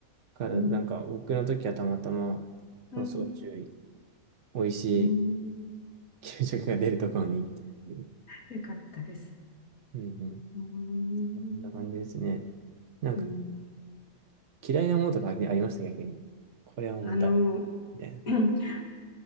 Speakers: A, on the right; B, on the left.
A: から、
B: うん、
A: なんか、僕の時はたまたま、
B: うん、
A: その小中美味しい
B: うん。
A: 給食が出るところに。う
B: よかったです。
A: んうん。
B: うーん、
A: こんな感じですね。なんか
B: うん。
A: 嫌いなものとかありありました、逆に。これはもうダメ。
B: あの、
A: みたいな。
B: <clears throat>